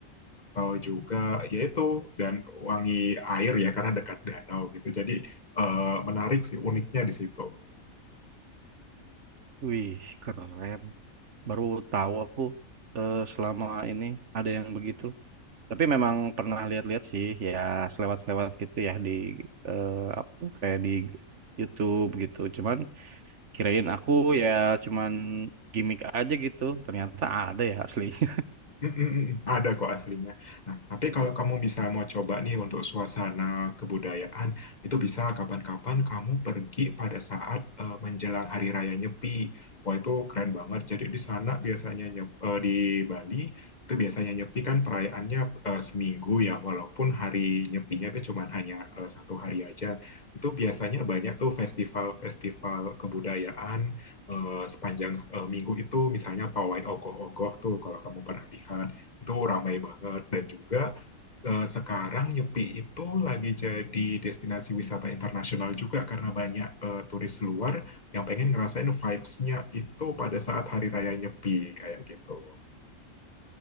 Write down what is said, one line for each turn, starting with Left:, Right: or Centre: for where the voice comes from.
Left: atau juga yaitu dan wangi air ya karena dekat danau gitu. Jadi eh, menarik sih uniknya di situ.
Right: Wih, keren. Baru tahu aku eh, selama ini ada yang begitu. Tapi memang pernah lihat-lihat sih, ya selewat-selewat gitu ya di eh, apa kayak di YouTube gitu. Cuman Kirain aku ya cuman gimmick aja gitu. Ternyata ada ya asli. <laughs>
Left: Mm, mm, mm. mm. Ada kok aslinya. Nah, tapi kalau kamu bisa mau coba nih untuk suasana kebudayaan, itu bisa kapan-kapan kamu pergi pada saat eh, menjelang Hari Raya Nyepi. Wah, itu keren banget. Jadi di sana biasanya nyep- eh, di Bali itu biasanya Nyepi kan perayaannya eh, seminggu ya, walaupun hari Nyepinya itu cuma hanya eh, satu hari aja. Itu biasanya banyak tuh festival-festival kebudayaan eh, sepanjang eh, minggu itu misalnya pawai ogoh-ogoh tuh kalau kamu pernah lihat itu ramai banget dan juga eh, sekarang Nyepi itu lagi jadi destinasi wisata internasional juga karena banyak eh, turis luar yang pengen ngerasain vibes-nya itu pada saat hari raya Nyepi kayak gitu.